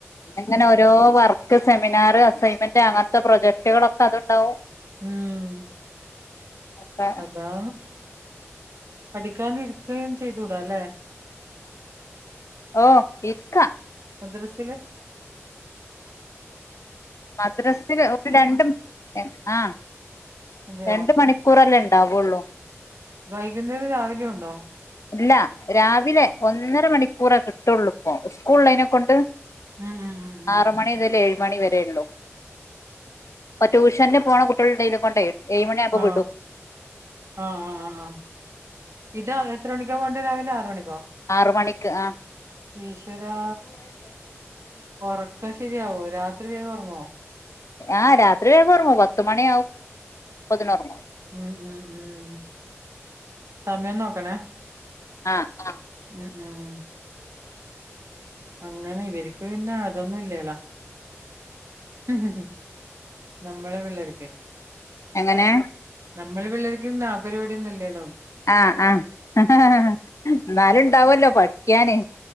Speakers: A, on the left; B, on the right.
A: അങ്ങനെ ഓരോ വർക്ക് സെമിനാർ അസൈൻമെന്റ് അങ്ങനത്തെ പ്രൊജക്ടുകളൊ.. അത്ണ്ടാവും
B: ഉം
A: അപ്പ
B: അതാ പഠിക്കാന ഇരിക്കുകയും ചെയ്തൂടാ അല്ലേ.
A: ഓ ഇക്ക
B: മദ്രസില
A: മദ്രസിൽ ഒന്ന് രണ്ടും ആ
B: അതെയോ
A: രണ്ട് മണിക്കൂറല്ലേ. ഉണ്ടാവുള്ളൂ
B: വൈകുന്നേരം രാവിലെയ ഉണ്ടോ?
A: ഇല്ല രാവിലെ ഒന്നര മണിക്കൂറ കിട്ടുള്ളൂ ഇപ്പൊ സ്കൂള്ളതിനെ കൊണ്ട്.
B: ഉം ഉം ഉം ഉം
A: ആറ് മണി മുതൽ ഏഴ് മണി വരേ ഉള്ളൂ പ്പ ട്യൂഷന് പോണ കുട്ടികള് ഉണ്ടായത് കൊണ്ടേ. ഏഴ് മണിയാകുമ്പോ
B: ആഹ
A: വിടും
B: ആഹ ആഹ് ആഹ ആഹ് ഇതാ എത്രമണിക്കാ പോൺ.. ഇരാവിലെ ആറ് മണി.
A: ആറ മണിക്ക് ആ.
B: ഈശ്വരാ ഉറക്ക ശരിയാകോ രാത്.. ഇത്ര വേഗം ഉറങ്ങൂ?
A: ആ രാത്രി വേഗം ഉറങ്ങൂ പത്തുമണി ആവും അപ്പതിന് ഉറങ്ങും.
B: ഉം ഉം ഉം സമയം നോക്കണേ?
A: ആഹ ആഹ
B: ഉ ഉം അങ്ങനെ ഇവർക്ക് പിന്നെ അതൊന്നും ഇല്ലല്ലോ. ഉം ഉംനമ്മളെ പിള്ളേർക്ക്
A: എങ്ങനെ
B: നമ്മൾ പിള്ളേർക്ക് നാപരിപാടൊന്നും ഇല്ലല്ലോ.
A: ആഹ് ആഹ എന്നാലും ഇണ്ടാവല്ലോ പഠിക്കാന്.